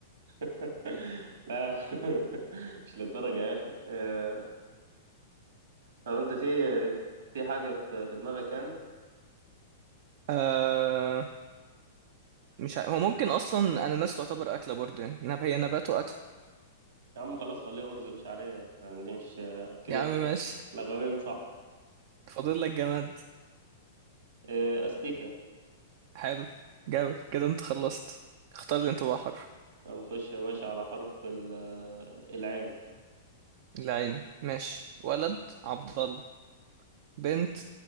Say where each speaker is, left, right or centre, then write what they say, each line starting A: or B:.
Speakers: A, on the right; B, on the right.
A: <laughs> لا <laughs> مش للدرجة يا أخي آه، طب انت في في حاجة في في دماغك يعني
B: آه... مش ع... هو ممكن اصلا انا ناس تعتبر اكلة برضه يعني نب... هي نبات واكل
A: يا عم خلاص خليها أرز بشعرية يعني دي مش كده
B: يا عم
A: كده
B: ماشي
A: لغويا صح
B: فاضل لك جماد
A: إيه، أستيكة
B: حلو جامد كده انت خلصت اختار لي انت بقى حرف
A: طب خش يا باشا على حرف ال- العين
B: العين ماشي ولد عبد الله بنت